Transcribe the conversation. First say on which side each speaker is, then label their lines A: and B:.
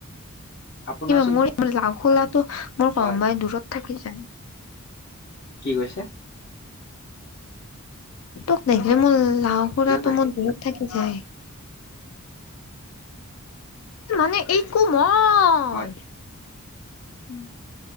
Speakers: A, on the left; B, on the left.
A: আপোনাৰ চোন
B: মোৰ লাও খোলাটো মোৰ কাই
A: হয়
B: দূৰত থাকি যায়
A: কি কৈছে
B: তোক দেখে মোৰ লাও খুৰাটো
A: বুজা নাই
B: মোৰ দূৰত থাকে যাই মানে এই কোমই
A: হয়
B: উম